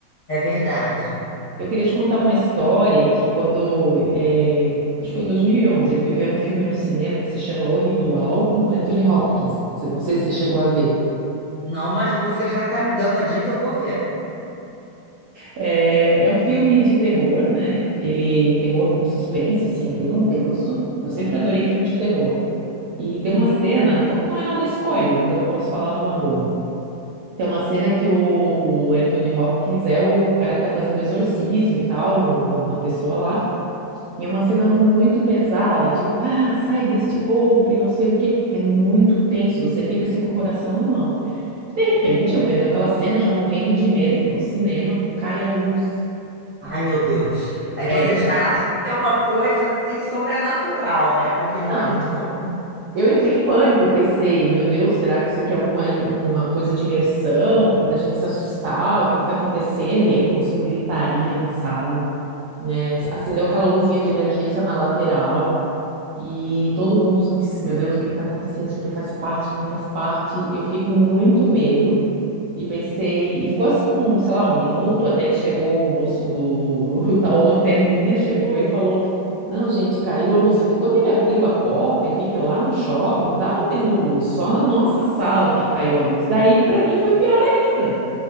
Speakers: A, on the left; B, on the right.
A: É verdade.
B: Eu queria te contar uma história que quando, eh, acho que foi em 2011, eu fui ver um filme no cinema que se chama O Ritual com Anthony Hopkins. Cê- Não sei se você chegou a ver.
A: Não, mas você já tá me dando a dica, eu vou ver.
B: É, é um filme de terror, né? Ele, terror com suspense, assim, é bem intenso. Eu sempre adorei filme de terror. E tem
A: Uhum.
B: uma cena, co- não é nada spoiler, então eu posso falar numa boa. Tem uma cena que o, o Anthony Hopkins é o cara que tá fazendo exorcismo e tal no- no- na pessoa lá. E é uma cena muito pesada, tipo, ah, sai deste corpo e não sei o quê. É muito tenso, você fica assim com o coração na mão. De repente, eu vendo aquela cena, já morrendo de medo, no cinema, cai a luz.
A: Ai, meu Deus. Aí
B: É.
A: você já acha que é uma coisa, assim, sobrenatural, né? Porque não
B: Não,
A: é muito comum.
B: eu entrei em pânico, eu pensei, meu Deus, será que isso aqui é alguma i- uma coisa de imersão pra gente se assustar? O que que tá acontecendo? E aí começou gritaria na sala, né? Acendeu aquela luzinha de emergência na lateral. E todo mundo, meu Deus, o que está acontecendo? Isso aqui faz parte, não faz parte. Eu fiquei com muito medo e pensei, e ficou assim, um, sei lá, um minuto, até que chegou o moço do <laughs> o tal Lanterninha, chegou e falou: Não, gente, caiu a luz. Só que quando ele abriu a porta, eu vi que lá no shopping estava tendo luz, só na nossa sala que caiu a luz. Daí, para mim, foi pior ainda.